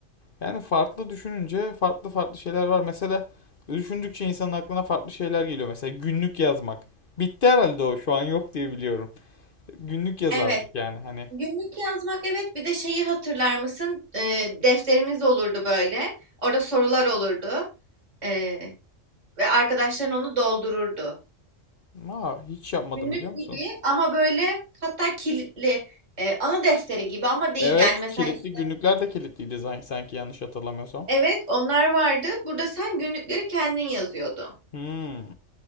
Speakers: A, on the left; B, on the right.
A: Yani farklı düşününce farklı farklı şeyler var. Mesela düşündükçe insanın aklına farklı şeyler geliyor. Mesela günlük yazmak. Bitti herhalde o. Şu an yok diye biliyorum. Günlük yazardık
B: evet.
A: yani hani.
B: Günlük yazmak evet bir de şeyi hatırlar mısın? Ee, defterimiz olurdu böyle. Orada sorular olurdu. Ee, ve arkadaşların onu doldururdu.
A: Aa, hiç yapmadım
B: Günlük
A: biliyor musun?
B: gibi ama böyle hatta kilitli. Ee, anı defteri gibi ama değil.
A: Evet,
B: Yani mesela
A: kilitli
B: işte,
A: günlükler de kilitliydi zan- sanki yanlış hatırlamıyorsam.
B: evet onlar vardı. Burada sen günlükleri kendin yazıyordun.
A: Hmm,